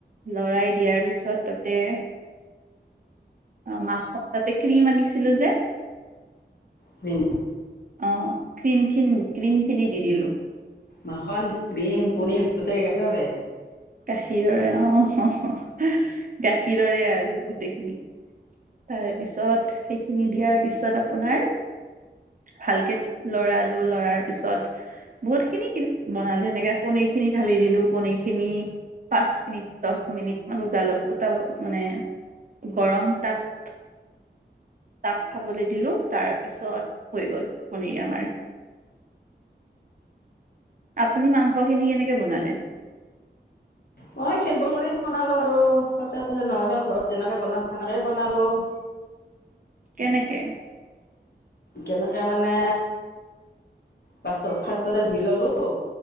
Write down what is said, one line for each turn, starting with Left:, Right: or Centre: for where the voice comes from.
Right: লৰাই দিয়াৰ পিছত তাতে অ মাস তাতে ক্ৰীম আনিছিলো যে,
Left: ক্ৰীম
Right: অ ক্ৰীমখিন -ক্ৰীম খিনি দি দিলো
Left: মাখন, ক্ৰীম, পনীৰ গোটেই গাখীৰৰে?
Right: গাখীৰৰে অ, হঃ হহ গাখীৰৰে আৰু গোটেইখিনি, তাৰ পিছত সেইখিনি দিয়াৰ পিছত আপোনাৰ, ভালকে লৰালো, লৰাৰ পিছত বহুত খিনি বনালো এনেকে পনীৰ খিনি ঢালি দিলো পনীৰখিনি পাঁচ মিনিট, দহ মিনিট মান উজালব উতলব মানে গৰম তাপ- তাপ খাবলৈ দিলো তাৰপিছত হৈ গল পনীৰ আমাৰ। আপুনি মাংসখিনি কেনেকে বনালে?
Left: মই চিম্পুল কৰি বনালোঁ আৰু সচৰাচৰ নৰ্মেল ঘৰত যেনেকৈ বনাওঁ সেনেকেই বনালোঁ।
Right: কেনেকে?
Left: কেনেকে মানে, ফাষ্টত -ফাৰ্ষ্টতে ধুই ললো